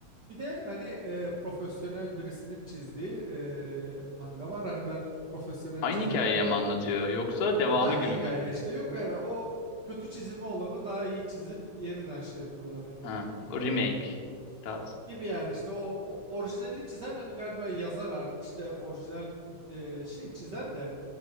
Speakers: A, on the right (about 50°); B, on the left (about 75°).
A: Bir de hani e, profesyonel birisinin çizdiği e, manga var. Hani ben profesyonel
B: Aynı
A: çizimi.
B: hikayeyi mi anlatıyor yoksa devamı
A: Aynı
B: gibi
A: hikaye
B: mi?
A: işte yok yani o kötü çizimi olanı daha iyi çizip yeniden şey yapıyorlar yani.
B: Ha, o remake tarzı.
A: Gibi yani işte o, o orijinalini çizen hani galiba yazar artık işte orijinal e, şey çizen de